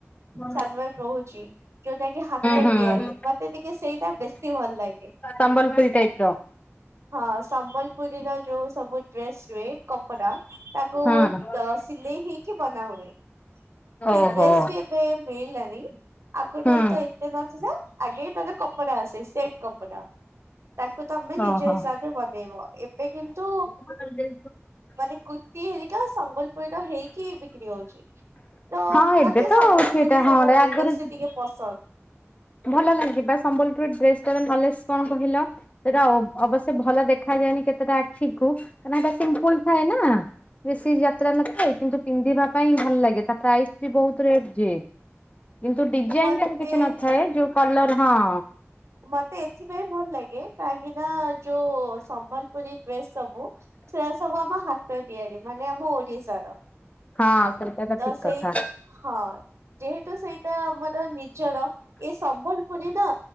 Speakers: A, on the left; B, on the right.
A: ହୁଁ
B: ଶଲବାର ରହୁଛି ଯୋଉଟା କି ହାତ
A: ହୁଁ
B: ତିଆରି ମତେ ଟିକେ ସେଇଟା ବେଶୀ ଭଲ ଲାଗେ।
A: ସମ୍ବଲପୁରରି ଟାଇପ ର।
B: ହଁ ସମ୍ବଲପୁରୀର ଯୋଉ ସବୁ ଡ୍ରେସ ହୁଏ କପଡା। ତାକୁ
A: ହୁଁ
B: ସିଲେଇ ହଇକି ବନା ହଏ।
A: ଓହୋ
B: ସେ ଡ୍ରେସ ବି ଏବେ ମିଳିଲାନି ଆଗରୁ
A: ହୁଁ
B: ତ ଏତେ ନଥିଲା ଆଗେ ତାର କପଡା ଆସେ ସେଟ କପଡା ତାକୁ ତମେ ନିଜ
A: ଓହୋ।
B: ହିସାବରେ ବନେଇବ। କିନ୍ତୁ
A: ଲେ
B: ମାନେ କୁତି ହେରିକା ସମ୍ବଲପୁରୀ ର ହେଇକି ବିକ୍ରି ହଉଛି। ତ
A: ହଁ ଏବେ
B: ମତେ
A: ତ
B: ସମ୍ବଲପୁରୀ
A: ସେଇଟା ହଁରେ
B: ସବୁ
A: ଆଗରୁ
B: ବେଶୀ ଟିକେ ପସନ୍ଦ।
A: ଭଲ ଲାଗିବା ସମ୍ବଲପୁର ଡେସ ଭଲ କଣ କହିଲ ସେଟା ଅବଶ୍ୟ ଭଲ ଦେଖା କେତେଟା ଆଖି କାଁକ ଏଟା ସିମ୍ପଲ ଥାଏ ନା। ବେଶୀ ଯାତ୍ରା ନଥାଏ କିନ୍ତୁ ପିନ୍ଧିବା ପାଇଁ ଭଲ ଲାଗେ ତା ପ୍ରାଇସ୍ ବି ବହୁତ ରେଟ ଯେ। କିନ୍ତୁ ଡିଜାଇନ
B: ମତେ
A: କିଛି ନଥାଏ ଯୋଉ କଲର ହଁ।
B: ମତେ ଏଥିପାଇଁ ଭଲ ଲାଗେ କାହିଁକି ନା ଯୋଉ ସମ୍ବଲପୁରୀ ଡ୍ରେସ ସବୁ ସେ ସବୁ ଆମ ହାତ ତିଆରି ମାନେ ଆମ ଓଡିଶାର।
A: ହଁ ସେଇଟା ତ
B: ତସ
A: ଠିକ କଥା।
B: ହ ହଁ। ଯେହେତୁ ସେଇଟା ଆମର ନିଜର ଏ ସମ୍ବଲପୁରୀ ର